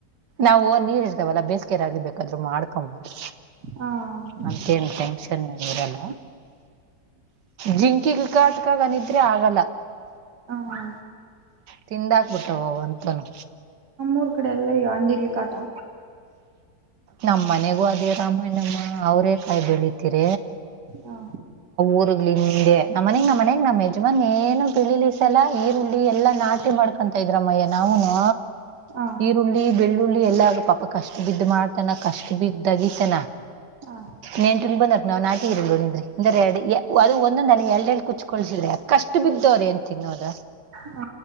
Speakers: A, on the right; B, on the right.
A: ನಾವು ನೀರ್ ಇರ್ತಾವಲ್ಲಾ ಬೇಸಿಗೆರಾಗಿ ಬೇಕಾದ್ರು ಮಾಡ್ಕೊಬೋದು
B: ಹ
A: ನಮ್ಕೇನ್ ಟೆಂಕ್ಷನ್ ಏನ ಇರಲ್ಲ ಜಿಂಕಿ ಕಾಟ್ಕಾಗನಿದ್ರೆ ಆಗಲ್ಲ
B: ಹ
A: ತಿಿಂದಾಕ್ಬಿಟ್ಟಾವ ಅಂತನು
B: ಊರ್ ಕಡೆ ಎಲ್ಲ ಅಂದಡ್ಲಿ ಕಾಟಾ
A: ನಮ್ಮ್ ಮನೆಗೂ ಅದೇ ರಾಮಾಯಣಮ್ಮ ಅವರೇ ಕಾಯಿ ಬೆಳಿತೀರ
B: ಹಾ
A: ಊರ್ ಹಿಂದೆ ನಮ್ಮನ ನಮ್ಮ ಮನ ನಮ್ಮ ಯಜಮನ್ ಏನು ಪಳಿಲಿಿಸಲ್ಲ ಈರುಳ್ಳಿ ಎಲ್ಲಾ ನಾಟಿ ಮಾಡ ಮಾಡ್ಕೊಂತ ಇದ್ರಮ್ಮಯ್ಯ ನಾವನು
B: ಹ
A: ಈರುಳ್ಳಿ ಬೆಳ್ಳುಳ್ಳಿ ಎಲ್ಲ ಪಾಪ ಕಷ್ಟು ಬಿದ್ದು ಮಾಡ್. ತನ ಕಷ್ಟ ಬಿದ್ದಾಗಿ ತನ.
B: ಹ
A: ನೆನ್ ಟುಲ್ ಬಂದರ್ ನಾವ್ ನಾಟಿ ಇರಲ್ ನಿ್ರಿ ಅಂದ್ರೆ ಎರಡ್ ಅದು ಒಂದೊಂದ ಅೇ ಎಡೆ ಎರಡು ಕುಚ್ಕಳ್ಸಿದ್ರಿ. ಕಷ್ಟು ಬಿದ್ದವ್ರ ಏನ್ ತಿನ್ನೋದ.
B: ಹ